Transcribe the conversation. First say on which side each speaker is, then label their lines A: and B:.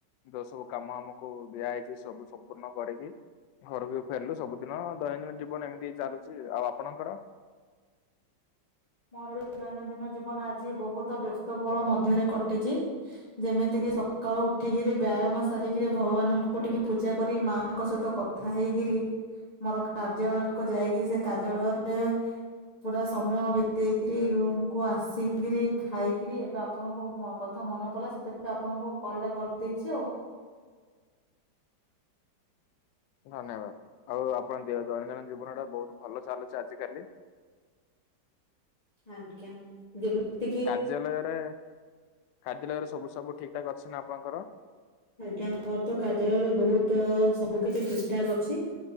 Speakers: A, on the left; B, on the left.
A: ଯୋଉ ସବୁ କାମ ଆମକୁ ଦିଆହେଇଛି ସବୁ ସମ୍ପୂର୍ଣ୍ଣ କରିକି ଘରକୁ ବି ଫେରିଲୁ ସବୁଦିନ ଦୈନନ୍ଦିନ ଜୀବନ ଏମିତି ଚାଲୁଛି ଆଉ ଆପଣଙ୍କର
B: <unintelligible> ଦୈନନ୍ଦିନ ଜୀବନ ଆଜି ବହୁତ ବ୍ୟସ୍ତବହୁଳ ମଧ୍ୟରେ କଟିଛି। ଯେମିତି କି ସକାଳୁ ଉଠିକିରି ବ୍ୟାୟାମ ସାରିକିରି ଭଗବାନଙ୍କୁ ଟିକେ ପୂଜା କରି ମା ଙ୍କ ସହିତ କଥା ହେଇକିରି ମୋର କାର୍ଯ୍ୟାଳୟକୁ ଯାଇକି ସେ କାର୍ଯ୍ୟାଳୟରେ ପୁରା ସମୟ ବି ତେଇକିରି ରୁମୁ କୁୁ ଆସିକିରି ଖାଇକିରି ଏବେ ଆପଣଙ୍କୁ ମୋ କଥା ମନେ ପଡିଲା ସେଥି ଆପଣଙ୍କୁ କଲ ଟା କରିଦେଇଛି ଆଉ।
A: ଧନ୍ୟବାଦ ଆଉ ଆପଣ ଦେ ଦୈନନ୍ଦିନ ଜୀବନ ଟା ବହୁତ ଭଲ ଚାଲୁଛି ଆଜିିକାଲି।
B: <inaudible> ଆଜ୍ଞା ଯେମିତି କିି
A: <unintelligible> ରେ କାର୍ଯ୍ୟଳୟରେ ସବୁ ସବୁ ଠିକ ଠାକ ଅଛି ନା ଆପଣଙ୍କର।
B: ଆଜ୍ଞା ମୋର ତ କାର୍ଯ୍ୟାଳୟରେ ବହୁତ ସବୁ କିଛି ଠିକଠାକ୍ ଅଛି।